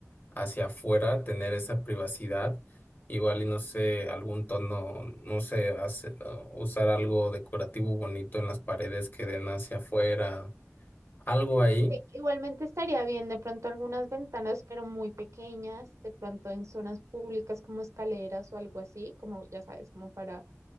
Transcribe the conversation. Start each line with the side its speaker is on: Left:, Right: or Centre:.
Left: hacia afuera, tener esa privacidad, igual y no sé, algún tono, no sé, hace- uh, usar algo decorativo bonito en las paredes que den hacia afuera, algo ahí.
Right: Eh, Igualmente estaría bien de pronto algunas ventanas, pero muy pequeñas, de pronto en zonas públicas como escaleras o algo así, como ya sabes, como para